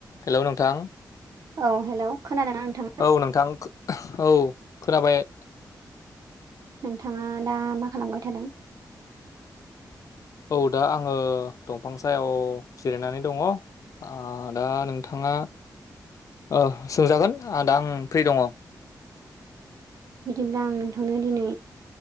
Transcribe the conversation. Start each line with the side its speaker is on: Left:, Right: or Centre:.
Left: Hello नोंथां।
Right: औ hello खोनादोंना नोंथां?
Left: औ नोंथां खो औ खोनाबाय
Right: नोंथाङा दा मा खालामबाय थादों
Left: औ दा आंङो दंफां सायाव जिरायनानै दङ आ दा नोंथाङा ओ सोंजागोन आ दा आं फ्रि दङ
Right: बिदिब्ला आं नोंथांनो दिनै